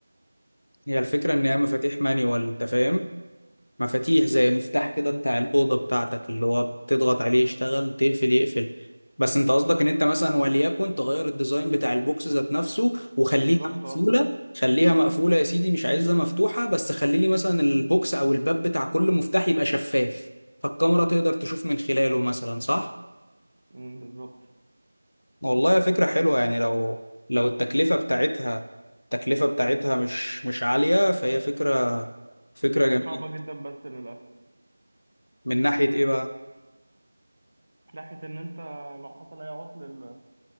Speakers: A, on the left; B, on the right.
A: هي الفكرة إن هي مفاتيح مانيوال أنت فاهم مفاتيح زي مفتاح كده بتاع الأوضة بتاعتك اللي هو بتضغط عليه يشتغل تقفل يقفل بس أنت قصدك إن أنت مثلا وليكن تغير الديزاين بتاع البوكس ذات نفسه وخليها
B: بالظبط
A: مقفولة
B: اه
A: خليها مقفولة يا سيدي مش عايزها مفتوحة بس خلي لي مثلا البوكس أو الباب بتاع كل مفتاح يبقى شفاف فالكاميرا تقدر تشوف من خلاله مثلا صح؟
B: م، بالظبط
A: والله فكرة حلوة يعني لو لو التكلفة بتاعتها التكلفة بتاعتها مش مش عالية فهي فكرة فكرة
B: هي
A: جميلة
B: صعبة جدا بس للأسف
A: من ناحية ايه بقى؟
B: ناحية إن أنت لو حصل أي عطل ال-